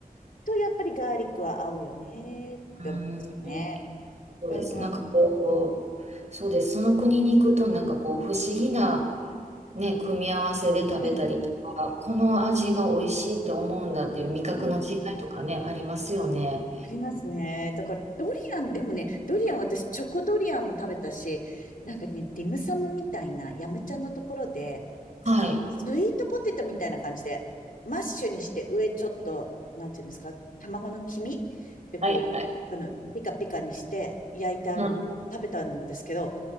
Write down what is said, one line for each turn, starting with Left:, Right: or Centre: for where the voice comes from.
Left: とやっぱりガーリックは合うよねって思うんですね。
Right: うん。そうです。
Left: うん。
Right: なんかこう、そうです。その国に行くと、なんかこう、不思議なね、組み合わせで食べたりとか、
Left: う
Right: この味が美味しいって思うんだっていう味覚の違いとかね、
Left: ん
Right: ありますよね。
Left: ありますね。だから、ドリアン、でもね、ドリアン、私、チョコドリアンも食べたし、なんかね、ディムサムみたいな、ヤムチャのところで、
Right: はい。
Left: スイートポテトみたいな感じで、マッシュにして上ちょっと、なんていうんですか、卵の黄身でこう、
Right: はい。はい。
Left: あの、ピカピカにして焼いてあるの、
Right: うん。
Left: 食べたんですけど、